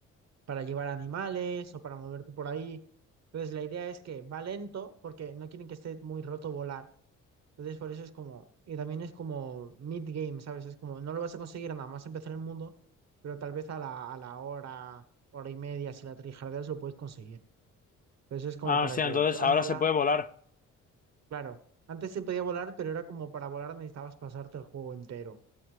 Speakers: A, on the right; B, on the left.
A: para llevar animales o para moverte por ahí. Entonces la idea es que va lento porque no quieren que esté muy roto volar entonces, por eso es como, y también es como mid-game, ¿sabes? Es como, no lo vas a conseguir nada más empezar el mundo, pero tal vez a la, a la hora, hora y media, si la trijardeas, lo puedes conseguir. Entonces, es como
B: Ah,
A: para
B: hostia,
A: que
B: entonces
A: puedas
B: ahora
A: volar.
B: se puede volar.
A: Claro, antes se podía volar, pero era como para volar necesitabas pasarte el juego entero.